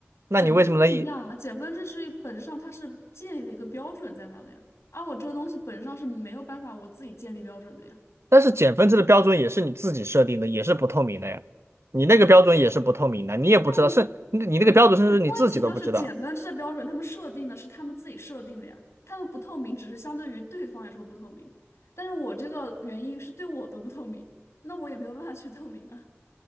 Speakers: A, on the right; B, on the left.
A: 那你为什么能一？
B: 减分制不一样啊，减分制是本质上它是建立了一个标准在那里啊，而我这个东西本质上是没有办法我自己建立标准的呀。
A: 但是减分制的标准也是你自己设定的，也是不透明的呀。你那个标准也是不透明的，你也不知道，
B: 那我
A: 是你你那个标准甚至你自己都不知道。
B: 问题就是减分制的标准，他们设定的是他们自己设定的呀，他们不透明，只是相对于对方来说不透明，但是我这个原因是对我的不透明，那我也没有办法去 <laughs> 透明啊，